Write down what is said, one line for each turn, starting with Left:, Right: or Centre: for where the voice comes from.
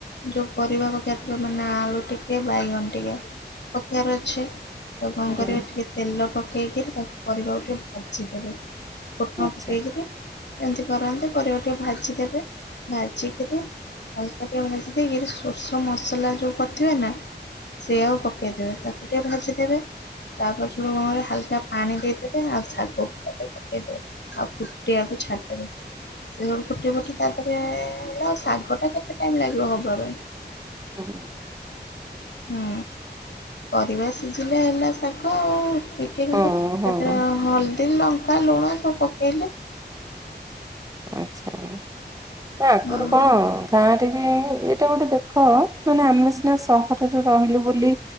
Left: ଯୋଉ ପରିବା ପକେଇବାର ଥିବ ମାନେ ଆଳୁ ଟିକେ ବାଇଗଣ ଟିକେ ପକେଇବାର ଅଛି। ତା କଣ
Right: ହୁଁ
Left: କରିବେ ଟିକେ ତେଲ ପକେଇକିରି ତାକୁ ପରିବାକୁ ଟିକେ ଭାଜିଦେବେ ଫୁଟଣ
Right: ଆଚ୍ଛା
Left: ଏମତି କରନ୍ତି ପରେ ପରିବା ଟିକେ ଭାଜି ଦେବେ ଭାଜିକିରି ଅଳ୍ପ ଟିକେ ଭାଜି ଦେଇକି ସୋରିଷ ମସଲା ଯୋଉ କରିଥିବେ ନା ସେ ଆଉ ପକେଇଦବେ ତାକୁ ଟିକେ ଭାଜିଦେବେ ତାପରେ ସେଇଟୁ କଣ କରିବେ ହାଲକା ପାଣି ଦେଇଦବେ ଆଉ ଶାଗ ପକେଇବେ ଆଉ ଫୁଟିବାକୁ ଛାଡ଼ିଦବେ। ସେ ଫୁଟେ ଫଟେ ତାପରେ ଶାଗ ଟା କେତେ ଟାଇମ ଲାଗିବ ହବା ପାଇଁ?
Right: ହଁ
Left: ହୁଁ ପରିବା ସିଝିଲେ ହେଲା ଶାଗ <unintelligible>
Right: ହଁ ହଁ
Left: ହଳଦୀ, ଲଙ୍କା, ଲୁଣ ସବୁ ପକେଇଲେ।
Right: ଆଛା ତ ଆଗରୁ
Left: ହଁ
Right: କଣ? ଗାଁରେ ବି ଏଇଟା ଗୋଟେ ଦେଖ! ମାନେ ଆମେ ସିନା ସହରରେ ରହିଲୁ ବୋଲି